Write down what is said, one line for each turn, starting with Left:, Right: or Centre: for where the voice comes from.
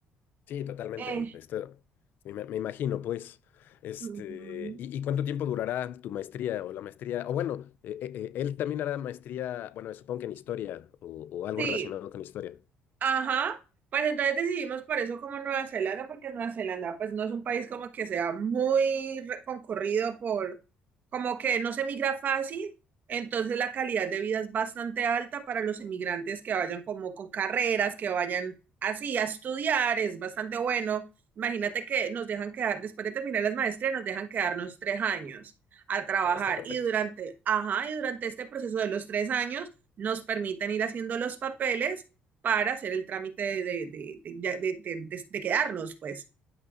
Left: Sí, totalmente.
Right: Eh,
Left: Esto, me, ima- me imagino, pues, este,
Right: ujú.
Left: ¿y, y cuánto tiempo durará tu maestría o la maestría? O bueno, eh, eh, eh, él también hará maestría, bueno, supongo que en historia o, o algo
Right: Sí,
Left: relacionado con historia.
Right: Ajá, pues entonces decidimos por eso como Nueva Zelanda, porque Nueva Zelanda pues no es un país como que sea muy re- concurrido por, como que no se migra fácil, entonces la calidad de vida es bastante alta para los inmigrantes que vayan como con carreras, que vayan así a estudiar, es bastante bueno. Imagínate que nos dejan quedar, después de terminar las maestrías, nos dejan quedarnos tres años a trabajar
Left: Ah, está perfecto.
Right: y durante, ajá, y durante este proceso de los tres años nos permiten ir haciendo los papeles para hacer el trámite de, de, de, de de de- de- de quedarnos, pues.